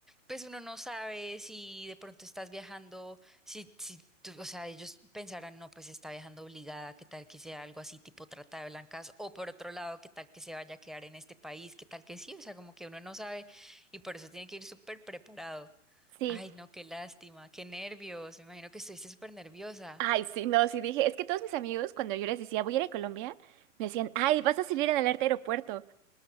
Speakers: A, in the centre; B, on the right (about 40°).
A: pues uno no sabe si de pronto estás viajando, si, si tú- o sea, ellos pensarán, no, pues está viajando obligada, qué tal que sea algo así tipo trata de blancas, o por otro lado, qué tal que se vaya a quedar en este país, qué tal que sí, o sea, como que uno no sabe y por eso tiene que ir súper preparado.
B: Sí.
A: Ay, no, qué lástima, qué nervios, me imagino que estuviste súper nerviosa.
B: Ay, sí, no, sí dije, es que todos mis amigos cuando yo les decía, voy a ir a Colombia, me decían, ay, vas a salir en el alerta aeropuerto.